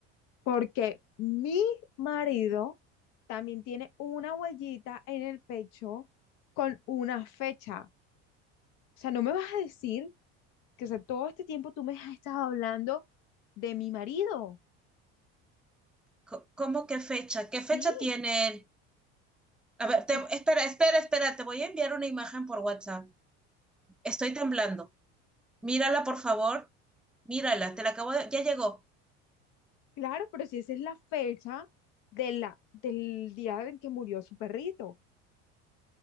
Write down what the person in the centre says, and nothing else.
Co- ¿Cómo qué fecha? ¿Qué
fecha tiene? A ver, te-
espera, espera, espera, te voy a enviar una imagen por WhatsApp. Estoy temblando. Mírala, por favor. Mírala, te la acabo de... Ya llegó.